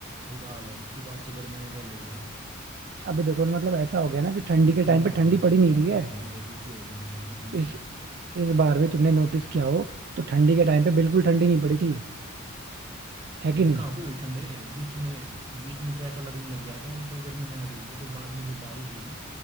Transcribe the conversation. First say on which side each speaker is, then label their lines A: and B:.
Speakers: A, on the right; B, on the right.
A: बुरा हाल हो अब की बार तो गर्मी में पहले ही यार
B: अभी देखो ना मतलब ऐसा हो गया ना कि ठंडी
A: तभी
B: के
A: तो बोल
B: टाइम पे
A: रहा
B: ठंडी
A: था कि
B: पड़ी नहीं
A: क्या
B: रही है
A: कर रहा हूँ मैं तो दुखी हो गया हूँ यार गर्मी से
B: इस इस बार भी तुमने नोटिस किया हो तो ठंडी के टाइम पे बिल्कुल ठंडी नहीं पड़ी थी है
A: नहीं
B: कि नहीं
A: कहाँ पे हुई ठंडे बीच में बीच में तो ऐसा लगने लग गया था बिल्कुल गर्मी आ गई वो तो बाद में जो बारिश हुई ना